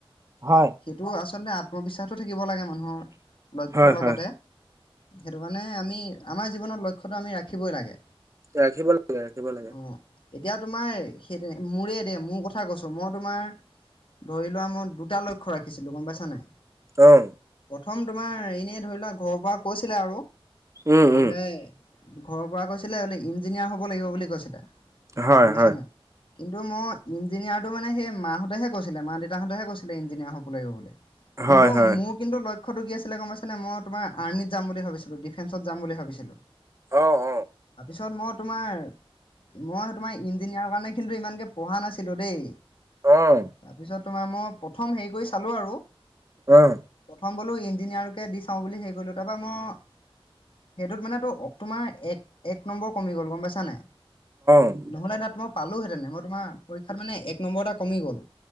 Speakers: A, on the right; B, on the left.
A: হয়
B: সেইটো আচলতে আত্মবিশ্বাসো থাকি থাকিব লাগে মানুহৰ লক্ষ্যৰ
A: হয়
B: লগতে
A: হয়
B: সেইটো কাৰণে আমি আমাৰ জীৱনত লক্ষ্য টো আমি ৰাখিবই লাগে।
A: ৰাখিব লাগে ৰাখিব লাগে।
B: অ এতিয়া তোমাৰ সেই মোৰে দে মোৰ কথা কৈছো মই তোমাৰ ধৰি লোৱা মই দুটা লক্ষ্য ৰাখিছিলো গম পাইছা নাই?
A: অহ।
B: প্ৰথম তোমাৰ এনে ধৰি লোৱা ঘৰৰ পৰা কৈছিলে আৰু
A: উম
B: বোলে
A: উম
B: ঘৰৰ পৰা কৈছিলে মানে ইঞ্জিনিয়াৰ হ'ব লাগিব বুলি কৈছিলে।
A: হয়
B: গম পাইছা
A: হয়।
B: নাই কিন্তু মই ইঞ্জিনিয়াৰটো মানে সেই মাহঁতেহে কৈছিলে মা দেউতাহঁতেহে কৈছিলে ইঞ্জিনিয়াৰ হ'বলৈ গিবলৈ।
A: হয়
B: কিন্তু
A: হয়
B: মোৰ কিন্তু লক্ষ ক্ষ্যটো কি আছিলে গম পাইছে নে মই তোমাৰ আৰ্মিত যাম বুলি ভাবিছিলো, ডিফেন্সত যাম ভাবিছিলো।
A: অহ অ।
B: ছত মই তোমাৰ, মই তোমাৰ ইঞ্জিনিয়াৰৰ কাৰণে কিন্তু ইমানকে পঢ়া নাছিলো দেই।
A: অহ।
B: তাৰপিছত তোমাৰ মই প্ৰথম হেৰি কৰি চালো আৰু।
A: আহ।
B: প্ৰথম বোলো ইঞ্জিনিয়াৰকে দি চাওঁ বুলি হেৰি কৰিলোঁ, তাৰপৰা মই সেইটোত মানে তো অ তোমাৰ এক এক নম্বৰ কমি গ'ল গম পাইছা নাই?
A: অ
B: নহলে দ তোমাক পালোহেতেনে, মই তোমাৰ পৰীক্ষাত মানে এক নম্বৰ এটা কমি গ'ল।